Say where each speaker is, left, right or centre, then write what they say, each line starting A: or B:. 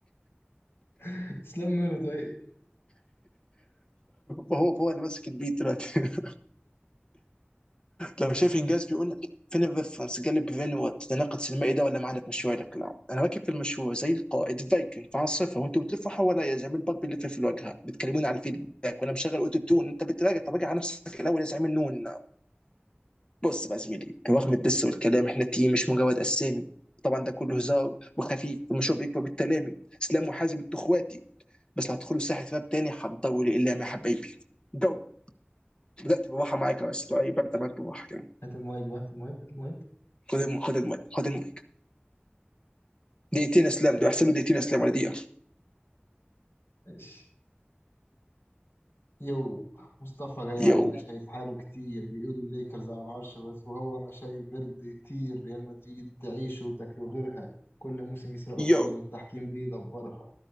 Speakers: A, on the left; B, on the left.
A: <laughs> تسلم له طيب
B: فهو فهو اللي ماسك البيت دلوقتي <laughs> لو شايف انجاز بيقول لك فين الريفرنس جالب بفين والتناقض السينمائي ده ولا معانا في مشروع الاقلاع انا راكب في المشروع زي القائد فايكنج في عاصفه وانتوا بتلفوا حواليا زي ما الباك بيلف في الواجهه بتكلموني على الفيدباك وانا مشغل اوتو تون انت بتراجع طب راجع على نفسك الاول يا زعيم النون بص بقى يا زميلي رغم الدس والكلام احنا تيم مش مجرد اسامي طبعا ده كله هزار وخفيف المشروع بيكبر بالتلامي اسلام وحازم انتوا اخواتي بس لو هتدخلوا ساحه راب تاني حضروا لي الا يا حبايبي جو بدات بباحه معاك يا اسطى إيه، ببدا معاك بباحه كده
A: هات المايك بقى هات المايك هات المايك
B: خد الم... خد المايك خد المايك دقيقتين اسلام ده احسن له دقيقتين اسلام ولا دقيقه
A: ماشي يو مصطفى جاي علينا
B: يو
A: شايف حاله كتير بيقول الليكرز على العرش بس وهو انا شايف برد يطير ريال مدريد تعيش وتاكله غيرها كل موسم يسرقوا فوز
B: يو
A: والتحكيم بيدبرها